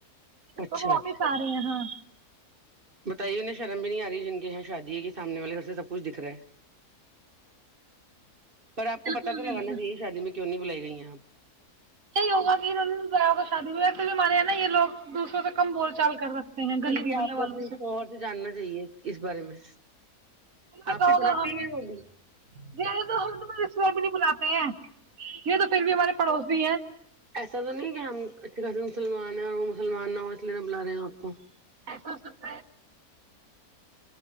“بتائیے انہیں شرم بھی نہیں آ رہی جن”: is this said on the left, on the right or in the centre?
Right